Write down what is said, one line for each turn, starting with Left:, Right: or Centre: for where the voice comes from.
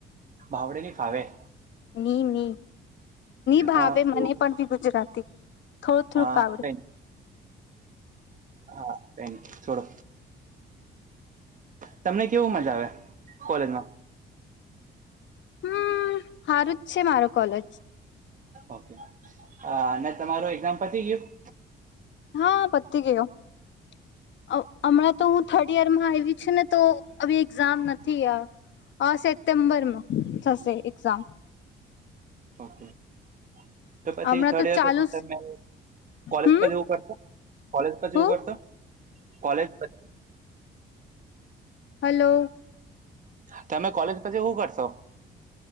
Right: ભાવડેલી ફાવે.
Left: નીની ભાવે
Right: હા
Left: મને
Right: તો
Left: પણ બી ગુજરાત. <inaudible> થોડું થોડુંક
Right: હા
Left: આવડ.
Right: કઈ હા ક ન છોડો તમને કેવું મજા આવે કોલેજમાં.
Left: હમ હારું જ છે મારો કોલેજ.
Right: ઓકે અને તમારું એક્ઝામ પતી ગયું.
Left: હા પતી ગયો હમણાં તો હું થર્ડ યરમાં આવી છ ને તો એક્ઝામ નથી સેપ્ટેમ્બરમાં થશે એક્ઝામ.
Right: <inaudible> તો પછી
Left: હમણાં
Right: થર્ડ
Left: તો
Right: યર
Left: ચાલુ
Right: પછી તમે કોલેછ
Left: હમ
Right: એવું કરશો કોલેજ પછ એવું
Left: હું
Right: કરશો કોલેજ પછ <inaudible>
Left: હલો.
Right: તમે કોલેજ પછી શું કરશો.